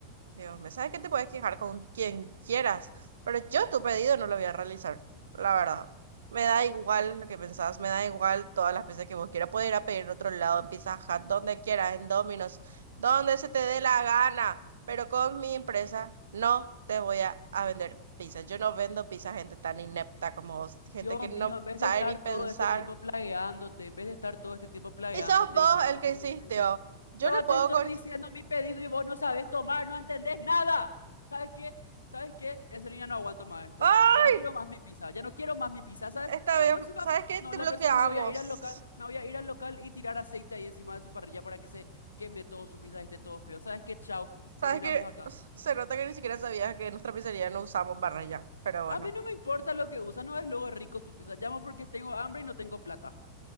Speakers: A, on the right; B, on the left.
A: Dios me sabes que te puedes quejar con quien quieras, pero yo tu pedido no lo voy a realizar, la verdad. Me da igual lo que pensás, me da igual todas las veces que vos quieras. Puedes ir a pedir en otro lado, en Pizza Hut, donde quieras, en Domino's, donde se te dé la gana, pero con mi empresa no te voy a, a vender pizza. Yo no vendo pizza a gente tan inepta como vos, gente
B: Dios
A: que no
B: mío, en vez
A: sabe
B: de estar
A: ni pensar.
B: todo este tiempo plagueándote, en vez de estar todo este tiempo plagueándote
A: Y sos vos
B: diciendo
A: el que
B: boludeces,
A: insistió. Yo
B: yo
A: no puedo
B: te estoy
A: cortar.
B: diciendo mi pedido y vos no sabes tomar, no entendés nada. ¿Sabes qué? ¿Sabes qué? En serio ya no aguanto más esto.
A: ¡Ah!
B: Ya no quiero más mi pizza, ya no quiero más mi pizza, ¿sabes?
A: Está
B: La
A: bien,
B: próxima,
A: ¿sabes qué?
B: no,
A: Te
B: la
A: bloqueamos.
B: próxima me voy a ir al local, me voy a ir al local y tirar aceite ahí encima de su parrilla para que se queme todo su pizza y esté todo feo. ¿Sabes qué? Chao, terminamos
A: Sabes que
B: acá.
A: se nota que ni siquiera sabías que en nuestra pizzería no usamos barra ya, pero bueno.
B: A mí no me importa lo que usa, no es luego rico su pizza. Llamo porque tengo hambre y no tengo plata.